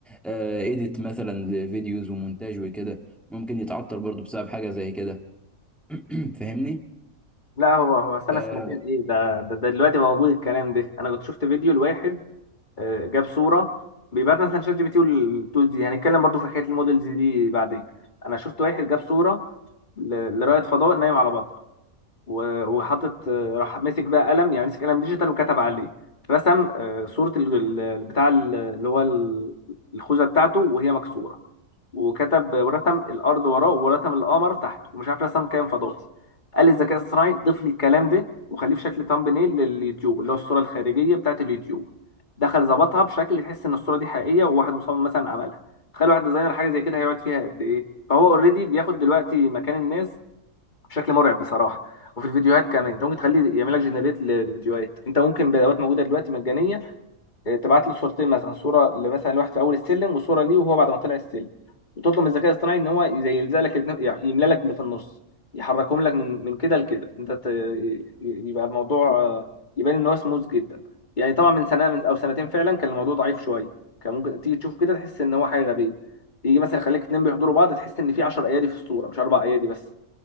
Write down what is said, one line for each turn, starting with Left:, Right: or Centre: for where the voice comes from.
Centre: آه ايديت مثلا لفيديوز ومونتاج وكده ممكن يتعطل برضو بسبب حاجة زي كده <clears throat> فاهمني؟
Left: لا هو هو سنه
Centre: آه
Left: سنتين ايه ده ده, ده دلوقتي موجود الكلام ده انا كنت شفت فيديو لواحد آه، جاب صوره بيبعت مثلا شات جي بي تي والتولز دي هنتكلم برضو في حكايه المودلز دي بعدين انا شفت واحد جاب صوره ل- لرائد فضاء نايم على بطن و- وحاطط آه، راح ماسك بقى قلم يعني مسك قلم ديجيتال وكتب عليه رسم آه، صورة ال- ال- البتاع ال- اللي هو ال- الخوذة بتاعته وهي مكسورة وكتب ورسم الأرض وراه ورسم القمر تحته ومش عارف رسم كائن فضائي قال للذكاء الاصطناعي ضيف لي الكلام ده وخليه في شكل thumbnail لليوتيوب اللي هو الصورة الخارجية بتاعت اليوتيوب دخل ظبطها بشكل تحس ان الصورة دي حقيقية وواحد مصمم مثلا عملها تخيل واحد ديزاينر حاجة زي كده هيقعد فيها قد ايه فهو اوريدي بياخد دلوقتي مكان الناس بشكل مرعب بصراحه وفي الفيديوهات كمان انت ممكن تخليه يعمل لك جنريت للفيديوهات انت ممكن بادوات موجوده دلوقتي مجانيه اه، تبعت له صورتين مثلا صوره مثلا لواحد في اول السلم وصوره ليه وهو بعد ما طلع السلم وتطلب من الذكاء الاصطناعي ان هو زي يلزق لك الاتنين- يعني يملى لك اللي في النص يحركهم لك من من كده لكده انت ت- ي- يبقى الموضوع اه، يبان ان هو سموث جدا يعني طبعا من سنه من او سنتين فعلا كان الموضوع ضعيف شويه كان ممكن تيجي تشوف كده تحس ان هو حاجه غبيه يجي مثلا يخليك اتنين بيحضروا بعض تحس ان في 10 ايادي في الصوره مش اربع ايادي بس